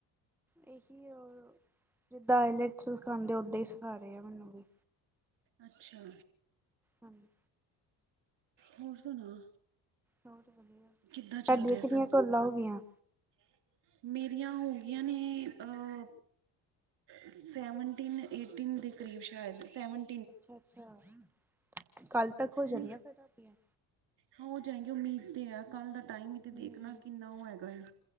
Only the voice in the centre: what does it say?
ਇਹੀ ਆ <inaudible> ਜਿੱਦਾਂ ਆਇਲਟ ਚ ਸਿਖਾਂਦੇ ਓਦਾਂ ਹੀ ਸਿਖਾ ਰਹੇ ਆ ਮੈਨੂੰ ਵੀ।
ਹਾਂਜੀ
ਹੋਰ ਵਧੀਆ <inaudible> ਤੁਹਾਡੀਆਂ
ਕਿੰਨੀਆਂ
ਕੋਲਾਂ ਹੋ ਗਈਆਂ।
ਅੱਛਾ, ਅੱਛਾ ਕੱਲ ਤੱਕ ਹੋ ਜਾਣੀਆਂ।
ਫਿਰ ਤੁਹਾਡੀਆਂ।
ਹਮ